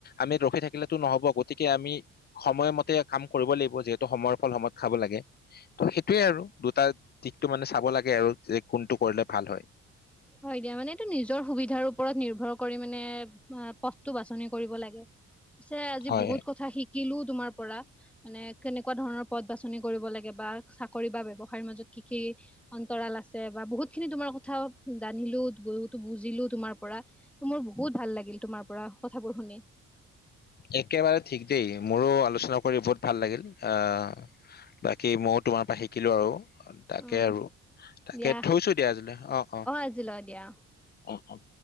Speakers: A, on the left; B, in the centre.
A: আমি ৰখি থাকিলেতো নহব গোট গতিকে আমি সময়মতে কাম কৰিব লাগিব যিহেতু সময়ৰ ফল সময়ত খাব লাগে ত সেইটোয়ে আৰু দুটা দিশটো মানে চাব লাগে আৰু যে কোনটো কৰিলে ভাল হয়
B: হয় দিয়া মানে এইটো নিজৰ সুবিধাৰ ওপৰত নিৰ্ভৰ কৰি মানে পথটো বাছনি কৰিব লাগে পিছে আজি
A: হয়
B: বহুত কথা শিক শিকিলো তোমাৰ পৰা মানে কেনেকুৱা ধৰণৰ পদ বাছনি কৰিব লাগে বা চাকৰি বা ব্যৱসায়ৰ মাজত কি কি অন্তৰাল আছে বা বহুত খিনি তোমাৰ কথা জানিলো বহুতো বুজিলো তোমাৰ পৰা মোৰ বহুত ভাল লাগিল তোমাৰ পৰা কথাবোৰ শুনি <inaudible> <inaudible>
A: একেবাৰে ঠিক দেই মোৰো আলোচনা কৰি বহুত ভাল লাগিল আহ বাকী মইো তোমাৰ পৰা শিকিলো আৰু তাকে
B: উম
A: আৰু তাকে
B: দিয়া
A: থৈছো দিয়া আজিলৈ অ অ
B: আজিলৈ দিয়া
A: অ অ